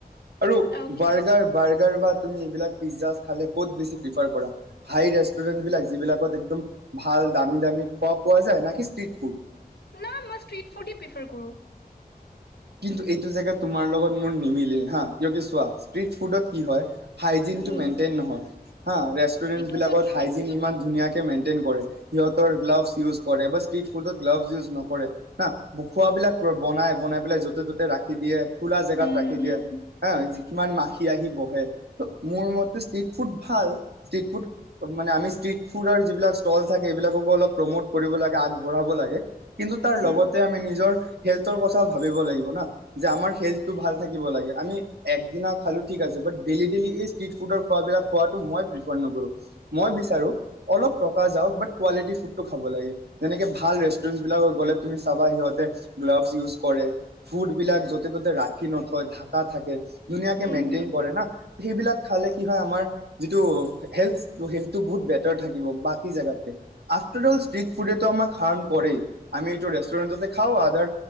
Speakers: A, on the right (about 85°); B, on the left (about 80°).
A: আৰু
B: অকে
A: বাৰ্গাৰ, বাৰ্গ এ, ৰ'বা। তুমি এইবিলাক পিজ্জা খালে, ক'ত বেছি প্ৰিফাৰ কৰা? হাই ৰেষ্টুৰেণ্টবিলাক, যিবিলাকত একদম ভাল, দামী, দামী <unintelligible> পোৱা যায়, না কি, ষ্ট্ৰীট ফুড?
B: না, মই ষ্ট্ৰীট ফুডেই প্ৰিফাৰ কৰোঁ।
A: কিন্তু, এইটো জেগা, তোমাৰ লগত মোৰ নিমিলিল হা কিয়, কি চোৱা, ষ্ট্ৰীট ফুডত কি হয়, হাইজিনটো
B: উম
A: মেইনটেইন নহয়, হা। ৰেষ্টুৰেণ্টবিলাকত,
B: এইটোতো ট্ৰু
A: হাইজিন ইমান ধুনীয়া তে মেইন টেইন কৰে, সিহঁতৰ গ্লাভছ ইউজ কৰে, বাচ ষ্ট্ৰীট ফুডত, গ্লাভছ ইউজ নকৰে না, খোৱাবিলাক বনায়, বন পেলাই, য'তে ত'তে ৰাখি দিয়ে, খোলা
B: উম
A: জেগাত ৰাখি
B: হুম
A: দিয়ে, হা। কিমান মাখি খি আহি বহে, ত', মোৰ মতে, ষ্ট্ৰীট ফুড ভাল। ষ্ট্ৰীট ফুড মানে, আমি ষ্ট্ৰীট ফুডৰ যিবিলাক ষ্টল থাকে, সেইবিলাককো অলপ প্ৰমোট কৰিব লাগে, আগবঢ়াব লাগে কিন্তু, তাৰ
B: হুম
A: লগতে, আমি নিজৰ হেল্থৰ কথা ভা ভাৱিব লাগিব না। যে, আমাৰ হেল্থটো ভাল থাক কিব লাগে, আমি একদিনা খালো ঠিক আছে। বাত ডেইলী ডেইলী এই ষ্ট্ৰিট ফুডৰ খোৱাবিলাক খোৱাটো মই প্ৰিফাৰ নকৰোঁ। মই বিচাৰো অলপ টকা যাওক, বাত কোৱালিটি ফুডটো খাব লাগে। যেনেকে ভাল ৰেষ্টুৰেন্টচ বিলাকত গলে তুমি চাবা সিহঁতে গ্লভজ ইউজ কৰে, ফুড বিলাক য'তে ত'তে ৰাখি নথয়, ঢাকা থাকে ধুনীয়াকে
B: হুম
A: মেইনটেইন
B: হুম।
A: কৰে না। সেইবিলাক খালে কি হয় আমাৰ যিটো হেল্থ, হেল্থটো বহুত বেটাৰ থাকিব বাকী জাগাতকে। আফটাৰ অল, ষ্ট্ৰিট ফুডেতো আমাক হাৰ্ম কৰেই, আমি এইটো ৰেষ্টুৰেণ্টতে খাওঁ আদাৰ